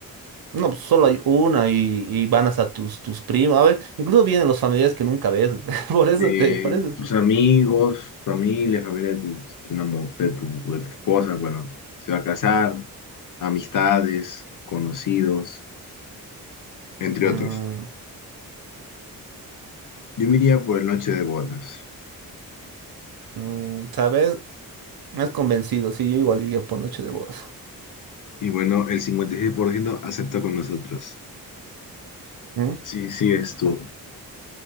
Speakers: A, on the right; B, on the left.
A: no, pues solo hay una y, y van hasta tus, tus primos. A ver, incluso vienen los familiares que nunca ves. <laughs> Por eso
B: eh,
A: te, por eso es-
B: tus amigos, familia, familia de tu, de tu enamo- de tu- de tu esposa, bueno, se va a casar, amistades, conocidos, entre
A: Mm,
B: otros. Yo me iría por el noche de bodas.
A: mm, ¿sabes? Me has convencido. Sí, yo igual iría por noche de bodas.
B: Y bueno, el 56% acepta con nosotros.
A: ¿Mm?
B: Sí, sí, es tu